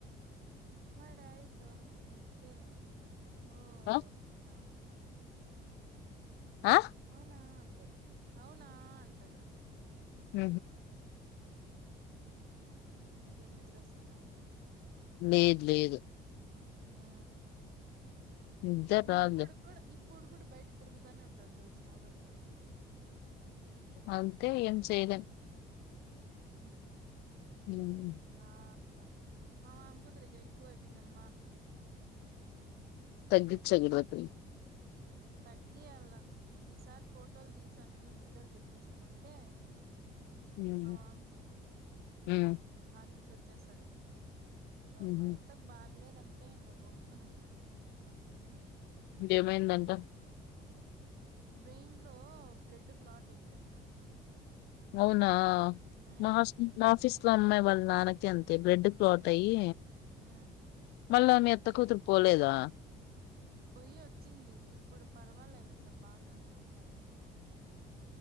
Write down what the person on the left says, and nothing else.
ఆ
ఆ
హ
లేదు లేదు
నిద్ర రాదులే
అంతే ఏం చేదన్
హ్మ్
తగ్గించ చెగిల్వ త
హ్మ్
హ్మ్
ఊహూ
దేమైందంటా
అవునా
మా మాఫస్ అట్లా అమ్మాయి వాళ్ళ నాన్నకకి అంతే బ్లెడ్ క్లాట్ అయ్యి
మళ్ళ మీ అ త్త కూతురు పోలేదా